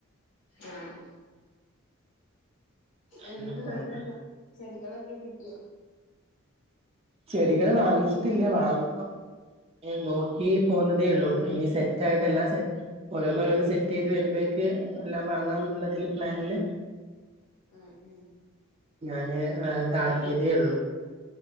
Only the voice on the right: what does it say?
അങ്ങനെ
പോയതാണ്
ചെടികള് വാങ്ങിച്ചിട്ടില്ല വാങ്ങണം നോക്കി പോന്നതേ ഉള്ളു ഇപ്പൊ ഇനി സെറ്റ് ആയിട്ട് എല്ലാം സെറ്റ് ഓരോന്നരോന്ന് സെറ്റ് ചെയ്ത് വരുമ്പോഴേക്ക് എല്ലാം വാങ്ങാം എന്നുള്ളതില് പ്ലാനില്
ഞാന്
ഇതാക്കിയതേ ഉള്ളൂ